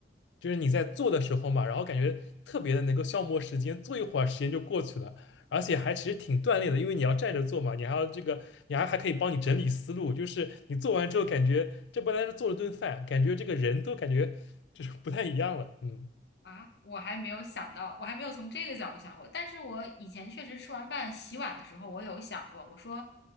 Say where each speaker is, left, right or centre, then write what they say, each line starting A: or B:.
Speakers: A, on the left; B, on the left.
A: 就是你在做的时候嘛，然后感觉特别的能够消磨时间，做一会儿时间就过去了，而且还其实挺锻炼的，因为你要站着做嘛，你还要这个，你还还可以帮你整理思路，就是你做完之后感觉这不单是做了顿饭，感觉这个人都感觉就是不太一样了，嗯
B: 啊，我还没有想到，我还没有从这个角度想过。但是我以前确实吃完饭洗碗的时候，我有想过，我说